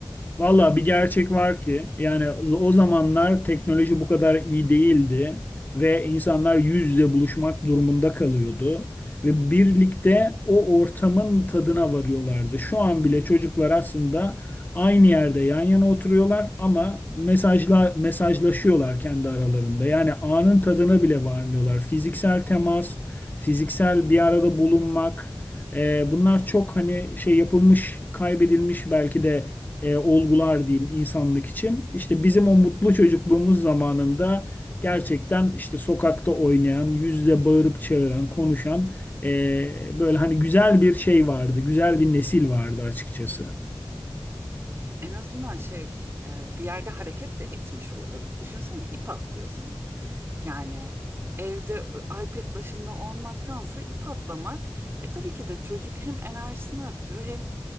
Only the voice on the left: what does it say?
Valla bir gerçek var ki yani o zamanlar teknoloji bu kadar iyi değildi ve insanlar yüz yüze buluşmak durumunda kalıyordu ve birlikte o ortamın tadına varıyorlardı. Şu an bile çocuklar aslında aynı yerde yan yana oturuyorlar ama mesajla mesajlaşıyorlar kendi aralarında. Yani anın tadına bile varmıyorlar. Fiziksel temas, fiziksel bir arada bulunmak, e, bunlar çok hani şey yapılmış, kaybedilmiş belki de e, olgular diyeyim insanlık için. İşte bizim o mutlu çocukluğumuz zamanında gerçekten işte sokakta oynayan, yüzle bağırıp çağıran, konuşan e, böyle hani güzel bir şey vardı, güzel bir nesil vardı açıkçası.